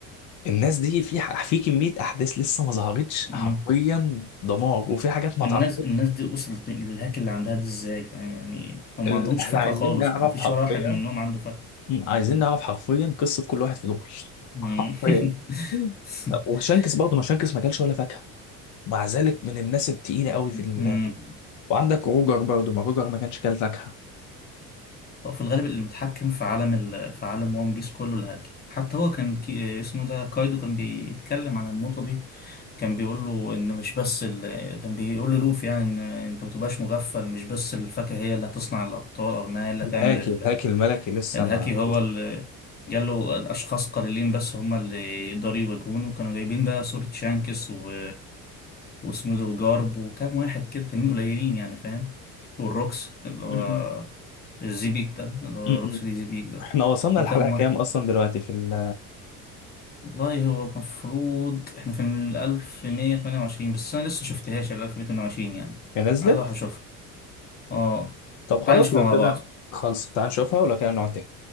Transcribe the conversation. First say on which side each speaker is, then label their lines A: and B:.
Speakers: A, on the left; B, on the left.
A: الناس دي في ح- في كميه احداث لسه ما ظهرتش حرفيا
B: امم
A: دمار وفي حاجات ما
B: الناس
A: اتعرفتش
B: الناس دي وصلت للهاك اللي عندها دي ازاي فاهم يعني هم
A: ال-
B: ما عندهمش
A: احنا
B: فاكهة
A: عايزين
B: خالص
A: نعرف
B: ما فيش
A: حرفيا
B: ولا واحد منهم عنده فاكهة
A: مم، عايزين نعرف حرفيا قصه كل واحد في دول
B: مم.
A: حرفيا
B: <laughs>
A: مم. طب وشانكس برضه ما شانكس ما كلش ولا فاكهه مع ذلك من الناس التقيله قوي في ال...
B: مم.
A: وعندك روجر برضه ما روجر ما كانش كل فاكهه
B: هو في الغالب المتحكم في عالم ال... في عالم وان بيس كله الهاكي حتى هو كان كي... اسمه ده كايدو كان بيتكلم عن النقطة دي كان بيقول له ان مش بس ال... كان بيقول للوفي يعني ان انت ما تبقاش مغفل مش بس الفاكهة هي اللي هتصنع الابطال او انها هي اللي
A: الهاكي
B: هتعمل ال...
A: الهاكي الملكي لسه
B: الهاكي
A: ما
B: هو اللي قال له الاشخاص قليلين بس هم اللي يقدروا يواجهونه كانوا جايبين بقى صورة شانكس و... واسمه ده وجارب وكام واحد كده تانيين قليلين يعني فاهم والروكس اللي هو
A: مم، مم.
B: الزبيك ده اللي هو
A: مم،
B: روكسي
A: مم.
B: زبيك ده
A: احنا وصلنا
B: وكام
A: الحلقه كام
B: واحد
A: اصلا دلوقتي في ال...
B: والله هو المفروض احنا في الألف مية تمانية وعشرين بس أنا لسه مشفتهاش الألف مية تمانية وعشرين يعني
A: هي نزلت
B: عايز أروح أشوفها اه
A: طب خلاص
B: تعالى نشوفها
A: لو
B: مع
A: كده
B: بعض
A: خلص تعال نشوفها ولو كده نقعد تاني